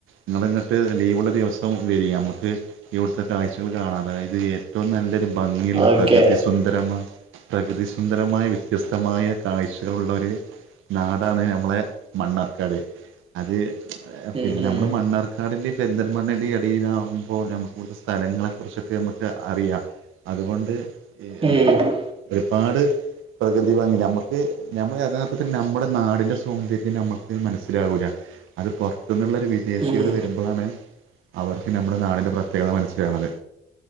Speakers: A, on the right; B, on the right.
A: ഇങ്ങള് ഇങ്ങട്ട് ലീവുള്ള ദിവസം വരീ നമുക്ക് ഇവട്ത്തെ കാഴ്ചകൾ കാണാം അതായത് ഏറ്റവും നല്ലൊരു ഭംഗിയുള്ള
B: ഓക്കെ
A: പ്രകൃതി സുന്ദരമായ- പ്രകൃതിസുന്ദരമായ വ്യത്യസ്തമായ കാഴ്ചകള് ഉള്ള ഒര് നാടാണ് നമ്മളെ മണ്ണാർക്കാട് അത് പിന്നെ
B: ഉം ഉം
A: നമ്മള് മണ്ണാർക്കാടിന്റിം പെന്തൻമണ്ണൻ്റിം എടീ ടിയിലാകുമ്പോ നമുക്ക് ഇവട്തെ സ്ഥലങ്ങളെ കുറിച്ചൊക്കെ നമുക്ക് അറിയാം അതുകൊണ്ട് ഏ
B: ഉം
A: ഒരുപാട് പ്രകൃതി ഭാംഗി നമുക്ക് നമ്മക്ക് യഥാർത്ഥത്തിൽ നമ്മുടെ നാടിൻന്റെ സൗന്ദര്യം നമുക്ക് മനസ്സിലാവൂല്ല അത് പുറത്ത് ന്ള്ളൊരു വിദേശികള്
B: ഉം
A: വരുമ്പോളാണ് അവർക്ക് നമ്മുടെ നാടിൻ്റെ പ്രത്യേകത മനസ്സിലാക്ണത്